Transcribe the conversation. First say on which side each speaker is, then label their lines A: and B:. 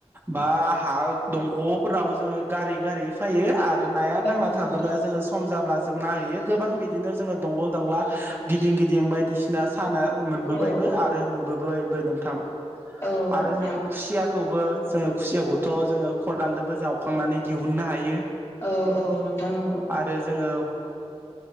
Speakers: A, on the right; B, on the left.
A: बा हा दं गफोराव जोंङो गारै गारै फायो आरो नाया
B: औ
A: नांना थाबोला
B: नोंथां
A: जोंङो सम जाब्ला जों नाहैयो। गोबां बिदिनो जोंङो दंग दंला गिदिं गिदिं बायदिसिना साना मोनबोबायबो
B: औ
A: आरो नु बो बायबो नोंथां
B: औ
A: आरो
B: नोंथां
A: जोंङो खुसियाखौबो जों खुसियाखौथ जोंङो खदालजोंबो जावखांनानै दिहुननो हायो।
B: औ औ नोंथां नंगौ।
A: आरो जोङो ओ